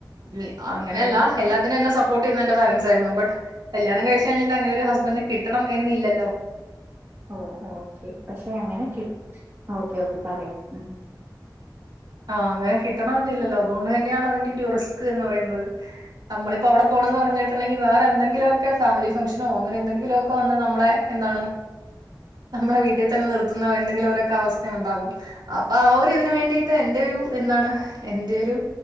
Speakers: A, on the right; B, on the right.
A: നി അങ്ങനെയല്ലപ്പ
B: അപ്പൊ
A: എല്ലാതിനും എന്നെ സപ്പോർട്ട് ചെയുന്നു എന്റെ പാരൻസായിരുന്നു ബട്ട് കല്യാണം കഴിച്ചേഴിഞ്ഞഅങ്ങനെര് ഹസ്ബന്റിനെകി കിട്ടണം എന്നില്ലല്ലോ
B: ഓ ഓക്കേ പക്ഷെ അങ്ങനെകി ഓക്കെ ഓക്കെ പറയാ ഉം
A: ആഹ് അങ്ങനെ കിട്ടണംന്നില്ലല്ലോ അതുകൊണ്ട്ന്നെയാണ് അതിന്റെ ഒരു റിസ്ക് എന്ന് പറയുന്നത് നമ്മളിപ്പോ അവടെ പോണംന്ന് പറഞ്ഞിട്ടണ്ടെങ്കിൽ വേറെ എന്തങ്കിലുമൊക്കൊഫാമിലി ഫംഗഷനോ അങ്ങനെ എന്തെങ്കിലൊ ഒക്കെ വന്ന്നമ്മളെ എന്താണ്
B: <unintelligible>
A: നമ്മളെ വീട്ടിൽ തന്നെ നിർത്തുന്ന എന്തെങ്കിലും ഒരൊക്കെ അവസ്ഥ ഉണ്ടാകും അപ്പൊ ആഹ് ഒര് ഇതിന് വേണ്ടി ത്തഎന്റെരു എന്നാണ് എന്റെരു